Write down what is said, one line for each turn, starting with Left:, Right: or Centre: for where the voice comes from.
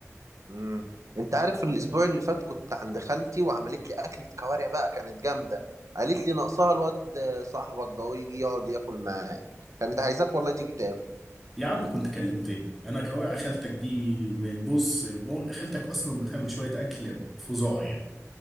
Right: امم انت عارف الاسبوع اللي فات كنت عند خالتي وعملت لي اكله كوارع بقى كانت جامده قالت لي ناقصها الواد صاحبك ده ويجي يقعد ياكل معاك كانت عايزاك والله تيجي تاكل
Centre: يا عم كنت كلمتني انا كواقع خالتك دي بص خالتك اصلا بتعمل شوية اكل فظاع يعني